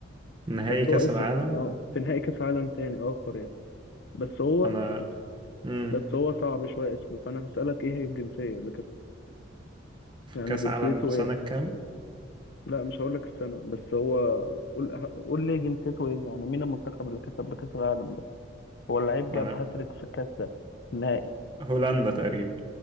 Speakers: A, on the right; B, on the left.
A: نهائي
B: بس
A: كأس
B: هو اسمه
A: العالم
B: اه في نهائي كأس عالم تاني آخر يعني بس هو
A: أنا امم
B: بس هو صعب شوية اسمه فأنا هسألك إيه هي الجنسية اللي كانت
A: في
B: يعني
A: كأس
B: جنسيته
A: عالم سنة
B: إيه
A: كام؟
B: لا مش هقول لك السنة بس هو قول قول لي جنسيته ايه يعني مين المنتخب اللي كسب بكأس العالم ده هو اللعيب
A: ما
B: جاب
A: أنا
B: هاتريك في الكأس ده النهائي
A: هولندا تقريبا